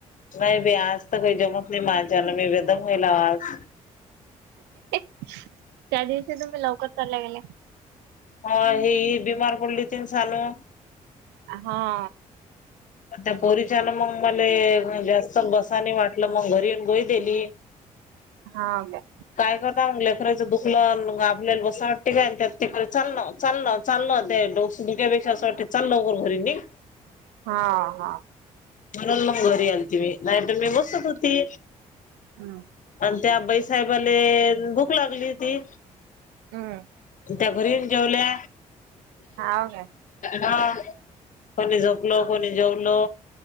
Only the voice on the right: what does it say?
त्या दिवशी तुम्ही लवकर चालल्या गेल्या.
हां
हा काय?
हा हा.
हम्म.
हम्म.
हाव काय